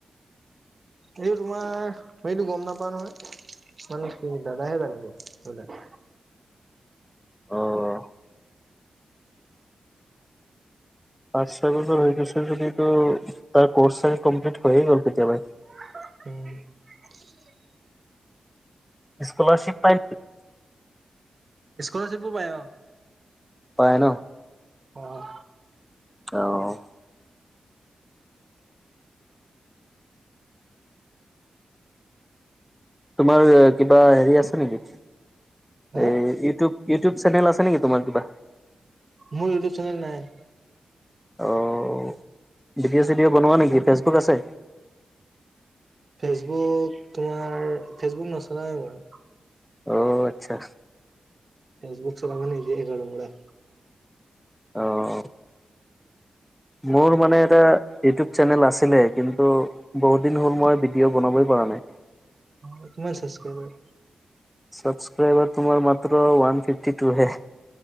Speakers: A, on the right; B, in the centre.
A: এইটো তোমাৰ সেইটো গ'ম নাপাও নহয় মানে কি দাদাহে জানিব সেইবিলাক।
B: অ' পাঁচ ছয় বছৰ হৈ গৈছে যদি তো তাৰ কৰ্চ চাগে কমপ্লিট হৈয়ে গ'ল কেতিয়াবাই।
A: <unintelligible>
B: স্কলাৰচিপ পাই নেকি?
A: স্কলাৰচিপো পায় অ
B: পায় ন
A: অ'
B: অ তোমাৰ কিবা হেৰি আছে নেকি এই
A: হা
B: ইউটোউৱ ইউটোউব চেনেল আছে নেকি তোমাৰ কিবা
A: মোৰ ইউটিউব চেনেল নাই।
B: অঁ ভিডিঅ' চি ডিঅ' বনোৱা নেকি? ফেচবুক আছে?
A: ফেচবুক তোমাৰ ফেচবুক নচলাওঁ এ মই।
B: অ' আচ্ছা।
A: ফেচবুক চলাব নিদিয়ে ঘৰৰ পৰা।
B: অহ' মোৰ মানে এটা ইউটিউব চেনেল আছিলে, কিন্তু বহুত দিন হ'ল মই ভিডিঅ' বনাবই পৰা নাই।
A: অ' কিমান ছাচক্ৰাইবাৰ।
B: ছাবস্ক্ৰাইবাৰ তোমাৰ মাত্ৰ ওৱান ফিফটি টু হে।